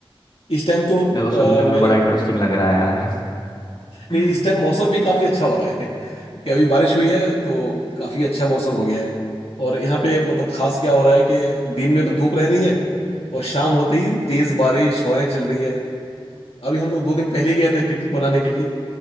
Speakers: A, on the left; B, on the left.
A: इस टाइम तो अ,
B: मेरे को सुनने में
A: मेरा
B: बड़ा इंटरेस्टिंग लग रहा है यार <laughs>
A: नहीं इस टाइम मौसम भी काफी अच्छा हो रहा है <laughs> कि अभी बारिश हुई है तो काफी अच्छा मौसम हो गया है और यहाँ पे मतलब खास क्या हो रहा है कि दिन में तो धूप रह रही है और शाम होते ही तेज बारिश हवाएं चल रही है अभी हम लोग दो दिन पहले ही गए थे पिकनिक मनाने के लिए